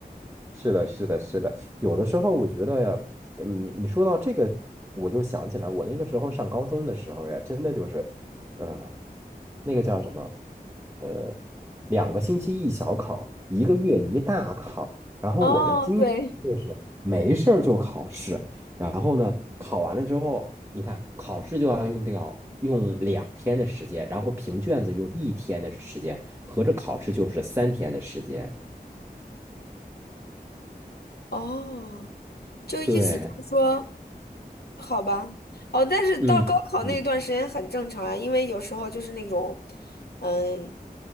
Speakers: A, on the right; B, on the left.
A: 是的，是的，是的。有的时候我觉得呀，呃你你说到这个，我就想起来，我那个时候上高中的时候呀，真的就是，呃，那个叫什么，呃，两个星期一小考，一个月一大考。然后我们经常就是没事儿就考试，
B: 哦，对，
A: 然后呢，考完了之后，你看考试就要用掉用两天的时间，然后评卷子用一天的时间，合着考试就是三天的时间。
B: 哦，就意思就是说，
A: 对，
B: 好吧，哦，但是到高考那段时间很正常啊，
A: 嗯。嗯
B: 因为有时候就是那种，嗯，